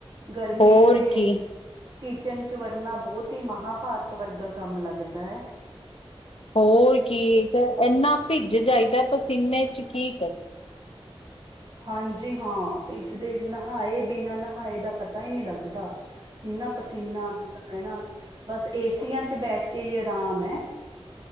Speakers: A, on the right; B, on the left.
A: ਗਰਮੀ
B: ਹੋਰ
A: 'ਚ ਤੇ
B: ਕੀ
A: ਕਿਚਨ 'ਚ ਵੱੜਨਾ ਬੋਤ ਈ ਮਹਾਂਭਾਰਤ ਵਰਗਾ ਕੰਮ ਲੱਗਦਾ ਐ।
B: ਹੋਰ ਕੀ 'ਚ ਇੰਨਾ ਭਿੱਜ ਜਾਈਦਾ ਪਸੀਨੇ 'ਚ ਕੀ ਕਰੀਏ।
A: ਹਾਂਜੀ ਹਾਂਭਿੱਜਦੇ ਨਹਾਏ ਬਿਨਾਂ ਨਹਾਏ ਦਾ ਪਤਾ ਈ ਨੀ ਲੱਗਦਾ। ਇੰਨਾ ਪਸੀਨਾ ਆਂਦਾ ਐ ਨਾ ਬਸ ਏਸੀਆਂ 'ਚ ਬੈਠ ਕੇ ਈ ਆਰਾਮ ਐ।